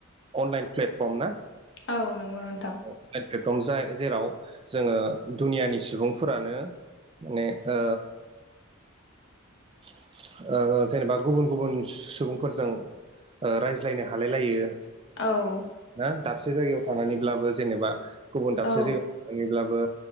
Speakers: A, on the right; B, on the left.
A: अनलाइन प्लेटफर्म ना?
B: औ नोंगौ नोंथां
A: <unintelligible> लाइन प्लेटफर्म जाय जेराव जोङो दुनियानि सुबुंफोरानो माने ओ <inaudible> ओ जेनेबा गुबुन-गुबुन सुबुंफोरजों ओ रायज्लायनो हालायलायो
B: औ
A: ना दाबसे जायगायाव थानानैब्लाबो जेनेबा गुबुन दाबसे
B: औ
A: जायगायाव थानानैब्लाबो